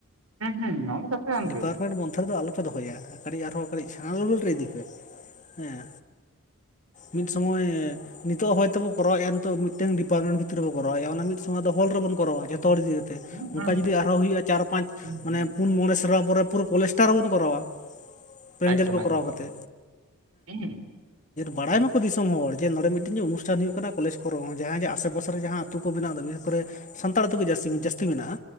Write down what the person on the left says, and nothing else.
ᱰᱤᱯᱟᱨᱢᱮᱱᱴ ᱢᱚᱫᱽᱫᱷᱮ ᱨᱮᱫᱚ ᱟᱞᱚᱯᱮ ᱫᱚᱦᱚᱭᱟ ᱠᱟᱹᱴᱤᱡᱽ ᱟᱨᱦᱚᱸ ᱠᱟᱹᱴᱤᱡᱽ ᱥᱮᱬᱟ ᱞᱮᱵᱮᱞ ᱨᱮ ᱤᱫᱤ ᱯᱮ ᱦᱮᱸ ᱢᱤᱫ ᱥᱚᱢᱚᱭ ᱱᱤᱛᱚᱜ ᱦᱚᱭᱛᱚ ᱠᱚᱨᱟᱣ ᱮᱱ ᱱᱚᱜ ᱢᱤᱫᱴᱮᱱ ᱰᱤᱯᱟᱨᱢᱮᱱᱴ ᱵᱷᱤᱛᱨᱤ ᱨᱮ ᱵᱚ ᱠᱚᱨᱟᱣ ᱮᱼᱟ, ᱚᱱᱟ ᱢᱤᱫ ᱥᱚᱢᱚᱭ ᱫᱚ ᱦᱚᱞ ᱨᱮᱵᱚᱱ ᱠᱚᱨᱟᱣᱟ ᱡᱚᱛᱚ ᱦᱚᱲ ᱤᱭᱟ ᱛᱮ
ᱚᱱᱠᱟ
ᱡᱩᱫᱤ ᱟᱨᱦᱚᱸ ᱦᱩᱭᱩᱜᱼᱟ, ᱪᱟᱨ ᱯᱟᱸᱪ
ᱢᱟᱱᱮ ᱯᱩᱱ ᱢᱚᱬᱮ ᱥᱮᱨᱢᱟ ᱯᱚᱨᱮ ᱯᱩᱨᱟᱹ ᱠᱚᱞᱮᱥᱴᱟᱨᱵᱚᱱ ᱠᱚᱨᱟᱣᱟ᱾ ᱯᱮᱱᱰᱮᱞ
ᱠᱚ
ᱠᱚᱨᱟᱣ ᱠᱟᱛᱮ
ᱵᱟᱲᱟᱭ ᱢᱟᱠᱚ ᱫᱤᱥᱚᱢ ᱦᱚᱲ ᱡᱮ ᱱᱚᱰᱮ ᱢᱤᱫᱴᱮᱱ ᱚᱱᱩᱥᱴᱷᱟᱱ ᱦᱩᱭᱩᱜ ᱠᱟᱱᱟ ᱠᱚᱞᱮᱡᱽ ᱠᱚ᱾ ᱠᱚᱨᱮᱚᱸ ᱡᱟᱦᱟᱸ ᱡ ᱟᱥᱮ ᱯᱟᱥᱮ ᱨᱮ ᱡᱟᱦᱟᱸ ᱟᱹᱛᱩ ᱠᱚ ᱵᱮᱫᱟ ᱱᱤᱭᱟᱹ ᱠᱚᱨᱮ ᱥᱟᱱᱛᱟᱲ ᱟ ᱟᱹᱛᱩ ᱜᱮ ᱡᱛᱤ ᱡᱟᱹᱥᱛᱤ ᱢᱮᱱᱟᱜᱼᱟ